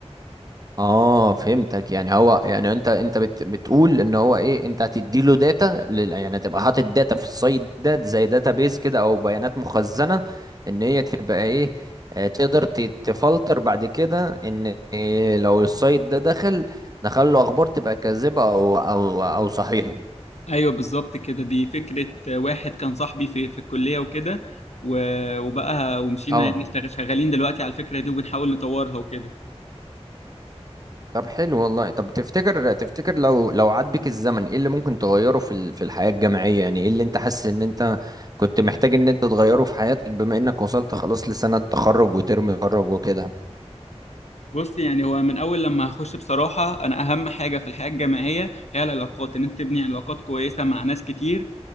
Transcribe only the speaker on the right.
آه فهمتك يعني هو يعني أنت أنت بت بتقول إن هو إيه أنت هتديله داتا لل يعني تبقى حاطط داتا في السايت ده زي داتا بيز كده أو بيانات مخزنة إن هي تبقى إيه آه، تقدر ت- تفلتر بعد كده إن إيه لو السايت ده دخل دخل له أخبار تبقى كاذبة أو أو أو صحيحة
اه
طب حلو والله طب تفتكر تفتكر لو لو عاد بيك الزمن ايه اللي ممكن تغيره في ال- في الحياة الجامعية يعني ايه اللي انت حاسس ان انت كنت محتاج ان انت تغيره في حياتك بما انك وصلت خلاص لسنة تخرج وترم تخرج وكده